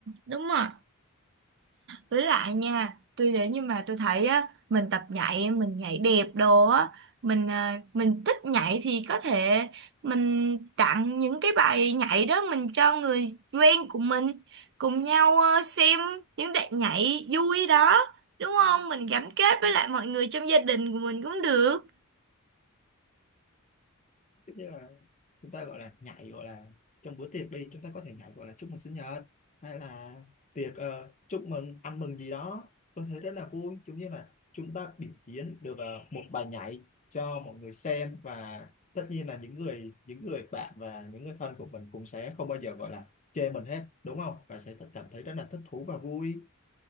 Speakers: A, on the right; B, on the left.
A: đúng rồi. Với lại nha, tuy đến nhưng mà tôi thấy á, mình tập nhảy, mình nhảy đẹp đồ á, mình à, mình thích nhảy thì có thể mình tặng những cái bài nhảy đó mình cho người quen của mình cùng nhau ờ, xem những đoạn nhảy vui đó, đúng không? Mình gắn kết với lại mọi người trong gia đình của mình cũng được.
B: ừ. chúng ta gọi là nhảy gọi là trong bữa tiệc đi chúng ta có thể nhảy gọi là chúc mừng sinh nhật hay là tiệc ờ, chúc mừng ăn mừng gì đó tôi thấy rất là vui giống như là chúng ta biểu diễn được ờ, một bài nhảy cho mọi người xem và tất nhiên là những người những người bạn và những người thân của mình cũng sẽ không bao giờ gọi là chê mình hết đúng không và sẽ thật- cảm thấy rất là thích thú và vui